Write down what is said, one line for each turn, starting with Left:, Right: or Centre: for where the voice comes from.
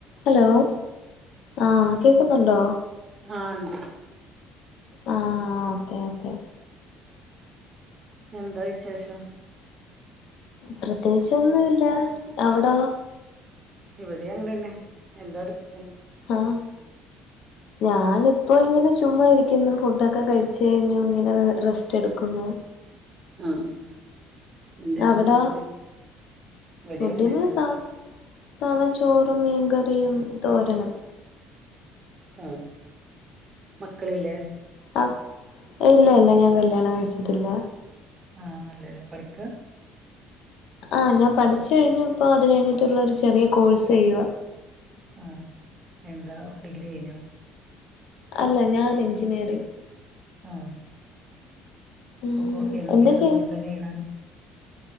Left: Hello ആഹ കേക്കുന്നുണ്ടോ
Right: ആണ്ട്
Left: ആഹ ഓക്കെ ഓക്കെ
Right: എന്താ വി ശേഷം
Left: പ്രത്യേകിച്ചൊന്നും ഇല്ല എവിടാ
Right: ഇവിടെ അങ്ങനെന്നെ എന്താടുക്ക
Left: ആഹ ഞാനിപ്പോ ഇങ്ങനെ ചുമ്മാ ഇരിക്കുന്നു ഫുഡൊക്കെ കഴിച്ച കഴിഞ്ഞു ഇങ്ങനെ റെസ്റ്റ് എടുക്കുന്നു
Right: ആഹ എന്തായിരുന്നു
Left: അവിടോ
Right: ഫുഡിന് ഇവിടെ
Left: ഫുഡിന്
Right: അങ്ങനെന്നെ
Left: സാ സാധാ ചോറും മീൻകറിയും തോരണം
Right: ഉം മക്കളില്ലേ
Left: ആഹ ഇല്ല ഇല്ല ഞാൻ കല്യാണം കഴിച്ചിട്ടില്ല
Right: ആഹ അല്ലേല്ലേ പഠിക്ക
Left: ആഹ ഞാൻ പഠിച്ചു കഴിഞ്ഞു ഇപ്പോൊ അത് കഴിഞ്ഞിട്ടുള്ള ഒരു ചെറിയ കോഴ്സ് ചെയ്യുക
Right: ആഹ എന്താ ഡിഗ്രി കഴിഞ്ഞു
Left: അല്ല ഞാൻ എഞ്ചിനീയറിങ്
Right: ആഹ
Left: ഉം
Right: ക്കൊ എ
Left: എന്താ
Right: ഏത്
Left: ചെയ്യ്
Right: കോഴ്സാ ചെയ്യ്ണെ